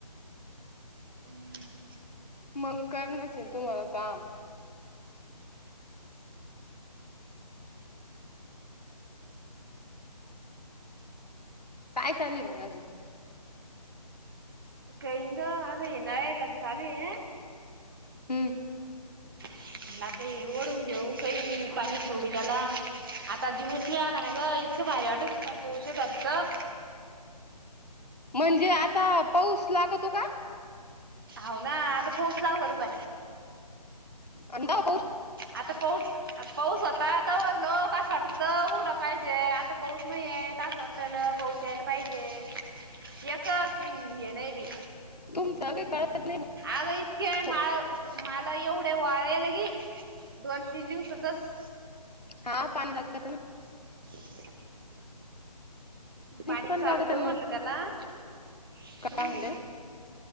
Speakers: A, on the right (about 35°); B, on the left (about 75°).
A: हम्
B: मंग करणच आहे तुम्हाला तर काम काय चालय मग आजून
A: काय ग आज नळाला चालू आहे.
B: हम्म
A: मग आता हे ओढून देऊ काही पाणी सोडू त्याला, आता दिवस लई आग ना ग इतकं भारी वाटत होता पाऊस येताण गं.
B: म्हणजे आता पाऊस लागतो का.
A: हो ना आता पाऊस लागू होतं.
B: आता
A: आता पाऊस पाऊस होता, तोवर लोक असं वाटत होतं. उघडा पाहिजे आता पाऊस नाहीये तर आस वाटत. पाहून राहिला पाऊस यायला पाहिजे. एक हे नाही बाई.
B: तुमचं काय कळत. नाही
A: अगं इतके
B: हो
A: म मला एवढे वाढेल की दोन तिनजिव सतच
B: हा पाणी लागते ना,
A: <unintelligible> पाणी
B: पण
A: चालू
B: लागत
A: करू
B: ना
A: म्हणलं
B: मग
A: त्याला हम्.
B: काय म्हणले